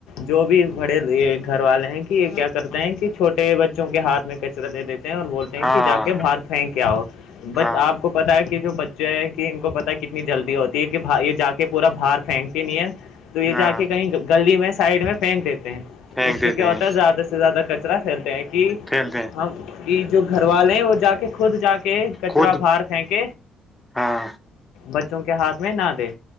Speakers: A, on the left (about 80°); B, in the centre.
A: جو بھی بڑے گھر والے ہیں کہ کیا کرتے ہیں کہ چھوٹے بچوں کے ہاتھ میں کے دے دیتے ہیں اور بولتے ہیں
B: ہاں
A: کہ جا کے باہر فیں کیا ہو بچ
B: ہاں
A: آ کو پتتا ہے کہ جو بچے ہیں کہ ان کو پتا کتنی جلدی ہوتی ہے کہھائی یہ جا کے پورا باہار پھینک کے نہیں ہے تو یہ
B: ہاں
A: جا کے کہیں گلی میں سائڈ میں پھینک دیتے ہیں
B: پھینک
A: اس سے
B: دیتے
A: کیا ہوتا
B: ہیں
A: ہے زیادہ سے زیادہ کچرا پھیلتے ہیں کہ
B: کھیلتے ہیں
A: ہم کہ جو گھر والے ہیں وہ جا کے خود جا کے کچرا
B: خود
A: باہر پھینک
B: ہاں
A: بچوں کے ہاتھ میں نہ دے